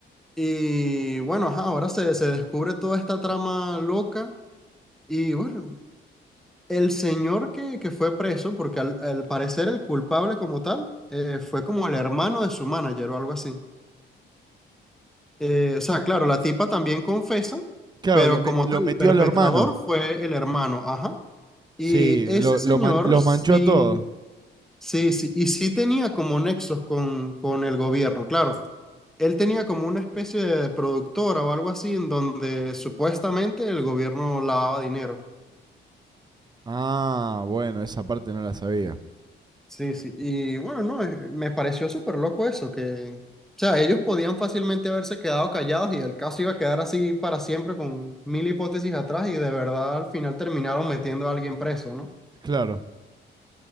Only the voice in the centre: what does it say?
Y bueno, ajá, ahora se, se descubre toda esta trama loca y bueno, el señor que, que fue preso, porque al, al parecer el culpable como tal, eh, fue como el hermano de su manager o algo así. Eh, o sea, claro, la tipa también confesa,
pero
como
tal,
el perpetrador
fue el hermano, ajá. Y
ese
señor
sí,
sí, sí, y sí tenía como nexos con, con el gobierno, claro. Él tenía como una especie de productora o algo así en donde supuestamente el gobierno lavaba dinero.
Sí, sí. Y bueno, no, eh, me pareció súper loco eso, que, o sea, ellos podían fácilmente haberse quedado callados y el caso iba a quedar así para siempre con mil hipótesis atrás y de verdad al final terminaron metiendo a alguien preso, ¿no?